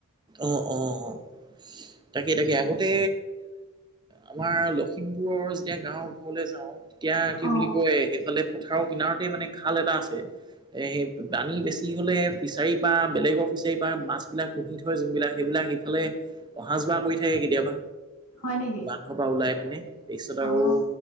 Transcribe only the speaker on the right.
অ অ অ তাকে তাকে আগতে আমাৰ লখিমপুৰৰ যেতিয়া গাঁৱৰ ঘৰলৈ যাওঁ তেতিয়া কি
বুলি কয় সেইফালে পথাৰৰ কিনাৰ মানে খাল এটা আছে এ সেই দানি বেছি কি হ'লে ফিচাৰীৰ পৰা বেলেগৰ ফিচাৰীৰ পৰা মাছবিলাক পুহি থাক হয় যোনবিলাক সেইবিলাক ইফালে অহা যোৱা কৰি থাকে কেতিয়াবা
বানস পৰাা ওলাই পিনে তাৰপিছত
আৰু